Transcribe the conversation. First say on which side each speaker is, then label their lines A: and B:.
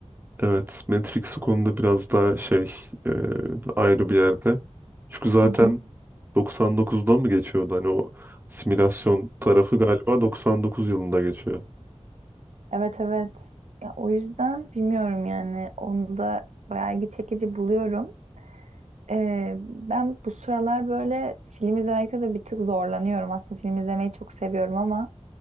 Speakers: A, on the right (about 20°); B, on the right (about 85°).
A: Evet, Matrix o konuda biraz daha şey e, ayrı bir yerde. Çünkü zaten
B: Hı hı.
A: 99'da mı geçiyordu? Hani o simülasyon tarafı galiba 99 yılında geçiyor.
B: Evet evet. Ya o yüzden bilmiyorum yani onu da bayağı ilgi çekici buluyorum. Ee, ben bu sıralar böyle film izlemekte de bir tık zorlanıyorum. Aslında film izlemeyi çok seviyorum ama